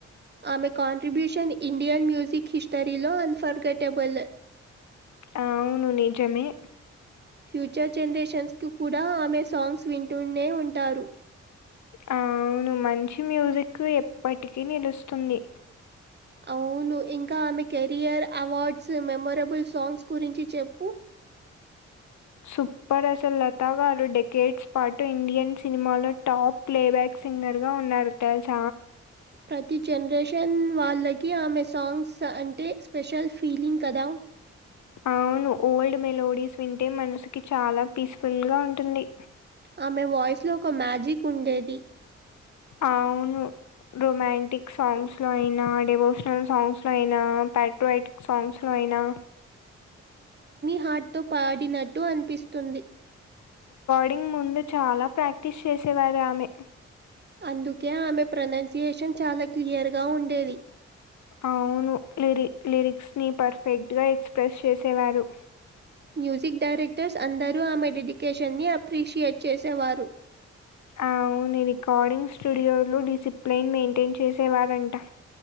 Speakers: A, on the right (about 35°); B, on the left (about 65°).
A: అమె కంట్రబ్యూషన్ ఇండియన్ మ్యూజిక్ హిస్టరీలో ఫోర్గాటబుల్
B: అ అవును నిజమే
A: ఫ్యూచర్ జనరేషన్స్కి కూడా ఆమె సాంగ్స్ వింటూనే ఉంటారు
B: అ అవును మంచి మ్యూజిక్ ఎప్పటికీ నిలుస్తుంది
A: అవును ఇంకా ఆమె కెరియర్ అవార్డ్స్ మెమరబుల్ సాంగ్స్ గురించి చెప్పు <inaudible>
B: సూపర్ అసలు లతా గారు డెకేట్స్ పాటు ఇండియన్ సినిమాలో టాప్ ప్లేబ్యాక్ సింగర్ గా ఉన్నారు తెలుస్
A: ప్రతి జన్రేషన్ వాళ్ళకి ఆమె సాంగ్స్ అంటే స్పెషల్ ఫీలింగ్ కదా
B: అవును ఓల్డ్ మెలోడీస్ వింటే మనసుకి చాలా పీస్ఫుల్గా ఉంటుంది
A: ఆమె వాయిస్ లో ఒక మ్యాజిక్ ఉండేది
B: అవును రొమాంటిక్ సాంగ్స్ లో అయినా డవోషనల్ సాంగ్స్ లో అయినా పట్రోయాటిక్ సాంగ్స్ లో అయి నా
A: హాట్ తో పాడినట్టు అనిపిస్తుంది
B: డింగ్ ముందె చాలా ప్రాక్టీస్ చేసేవారు ఆమె
A: అందుకే ఆమె ప్రనౌన్సియేషన్ చాలా క్లియర్గా ఉండేది.
B: అవును లిరి లిరిక్స్ ని పర్ఫెక్ట్ గా ఎక్స్ప్రెస్ చేసేవారు.
A: మ్యూజిక్ డైరెక్టర్స్ అందరూ ఆమె డెడికేషన్ని అప్రిషియేట్ చేసేవారు.
B: అవుని రికార్డింగ్ స్టూడియోలు డిసిప్లిన్ మెయింటైన్ చేసేవారంట.